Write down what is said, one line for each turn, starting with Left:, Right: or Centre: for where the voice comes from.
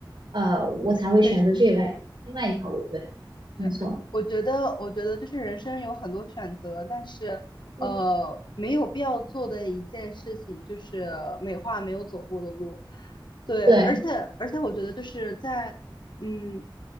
Right: 呃，我才会选择这外另外一条路。
Left: 确实
Right: 对，没错，
Left: 对，我觉得，我觉得就是人生有很多选择，但是，
Right: 嗯
Left: 呃，没有必要做的一件事情就是美化没有走过的路。对，
Right: 对
Left: 而且，而且我觉得就是在，嗯，